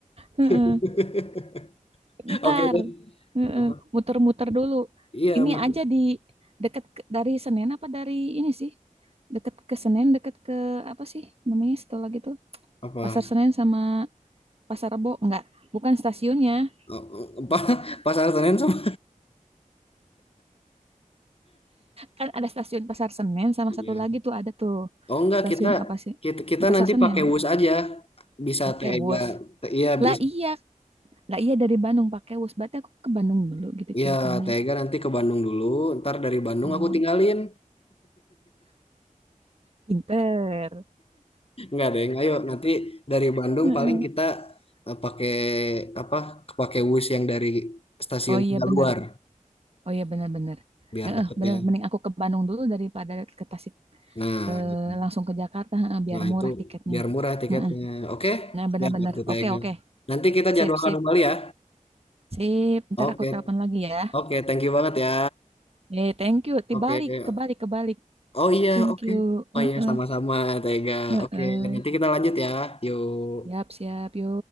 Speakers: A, on the right; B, on the left.
A: heeh.
B: <laughs>
A: Ntar
B: Oke deh.
A: heeh,
B: Apa?
A: muter-muter dulu.
B: Iya,
A: Ini
B: Mut.
A: aja di deket ke- dari Senen apa dari ini sih? Deket ke Senen, deket ke apa sih namanya setelah gitu?
B: apa?
A: Pasar Senen sama Pasar Rebo enggak? Bukan stasiunnya.
B: Oh, oh, Apa? <laughs> Pasar Senen sama?
A: Kan ada stasiun Pasar Senen sama
B: Iya.
A: satu lagi tuh ada tuh.
B: Oh enggak,
A: Stasiun
B: kita
A: apa sih?
B: kita kita
A: Di Pasar
B: nanti
A: Senen.
B: pakai WUS aja. Bisa
A: Pakai
B: Tega,
A: bus.
B: iya
A: Lah
B: bisa
A: iya Lah iya dari Bandung pakai bus. Berarti aku ke Bandung dulu gitu
B: Iya,
A: ceritanya.
B: Tega nanti ke Bandung dulu. Ntar dari Bandung
A: Oh,
B: aku tinggalin.
A: pinter.
B: Enggak deng, ayo nanti dari Bandung
A: Heeh.
B: paling kita eh, pakai apa? Pakai bus yang dari stasiun
A: Oh iya
B: Tegal
A: benar.
B: luar
A: Oh iya benar-benar.
B: biar
A: Heeh,
B: deketnya.
A: benar. Mending aku ke Bandung dulu daripada ke Tasik
B: Nah,
A: eh,
B: gitu.
A: langsung ke Jakarta heeh, biar
B: Nah, itu
A: murah tiketnya.
B: biar murah tiketnya.
A: Heeh.
B: Oke?
A: Nah benar-benar.
B: Ya, betul Tega.
A: Oke oke.
B: Nanti kita
A: Sip
B: jadwalkan
A: sip
B: kembali ya.
A: sip. Ntar
B: Oke.
A: aku telepon lagi ya.
B: Oke, thank you banget ya.
A: Eh thank you. Dibalik
B: Oke.
A: kebalik kebalik.
B: Oh iya,
A: Thank
B: oke.
A: you.
B: Oh
A: Heeh,
B: iya, sama-sama Tega.
A: heeh.
B: Oke, nanti kita lanjut ya. Yuk.
A: Siap siap yo